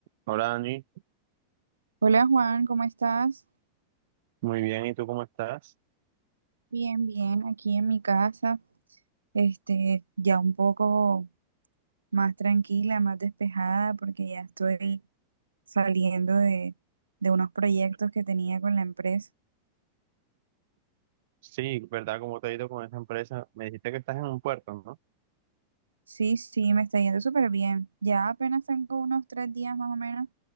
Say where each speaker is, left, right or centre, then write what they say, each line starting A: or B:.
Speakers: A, on the right; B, on the right.
A: Hola Dani,
B: Hola Juan, ¿cómo estás?
A: muy bien, ¿y tú cómo estás?
B: Bien, bien, aquí en mi casa, este, ya un poco más tranquila, más despejada, porque ya estoy saliendo de, de unos proyectos que tenía con la empresa.
A: Sí, ¿verdad? ¿Cómo te ha ido con esa empresa? Me dijiste que estás en un puerto, ¿no?
B: Sí, sí, me está yendo súper bien. Ya apenas tengo unos tres días más o menos,